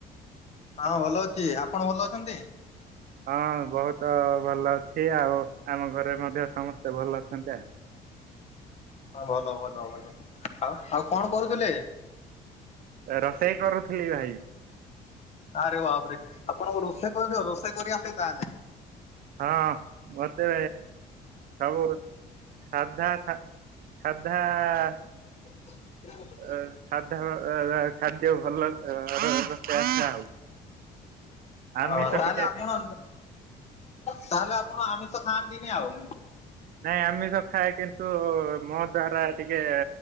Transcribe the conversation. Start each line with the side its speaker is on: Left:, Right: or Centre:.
Left: ହଁ ଭଲ ଅଛି। ଆପଣ ଭଲ ଅଛନ୍ତି?
Right: ହଁ ବହୁତ ଭଲ ଅଛି ଆଉ ଆମ ଘରେ ମଧ୍ୟ ସମସ୍ତେ ଭଲ ଅଛନ୍ତି ଆ।
Left: ହଁ ଭଲ ଭଲ ଭଲ। ଆଉ ଆଉ କଣ କରୁଥୁଲେ?
Right: ରୋଷେଇ କରୁଥିଲି ଭାଇ
Left: ଆରେ ବାପରେ ଆପଣଙ୍କୁ ରୋଷେଇ କରିଦିଅ ରୋଷେଇ କରି ଆସେ ତାହେଲେ।
Right: ହଁ ମତେ ସବୁ ରୋ ସାଧା ସା ସାଧା
Left: <unintelligible>
Right: ଅ ସାଧା ଅ ଖାଦ୍ୟ ଭଲ ର ରୋଷେଇ ଆସେ ଆଉ। ଆମିଷ
Left: ହଁ ତାହେଲେ
Right: ଟିକେ
Left: ଆପଣ ତାହେଲେ ଆପଣ ଆମିଷ ଖାଆନ୍ତିନି ଆଉ।
Right: ନାଇଁ ଆମିଷ ଖାଏ କିନ୍ତୁ ମୋ ଦ୍ଵାରା ଟିକେ